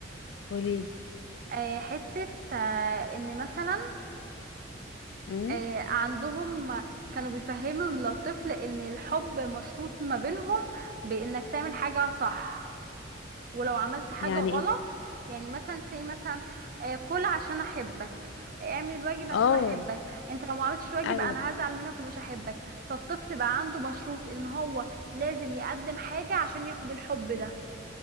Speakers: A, on the left (about 75°); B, on the right (about 45°).
A: قوليلي
B: آه، حته آه، ان مثلا
A: امم
B: آه، عندهم كانوا بيفهموا الطفل ان الحب مشروط ما بينهم بانك تعمل حاجه صح ولو عملت حاجة
A: يعني
B: غلط
A: ايه
B: يعني مثلا سي مثلا آه، كل عشان احبك آه، اعمل الواجب
A: اه
B: عشان احبك انت لو ما عملتش الواجب
A: ايوه
B: انا
A: ايوه
B: هزعل منك ومش هحبك فالطفل بقى عنده مشروط ان هو لازم يقدم حاجة عشان ياخد الحب ده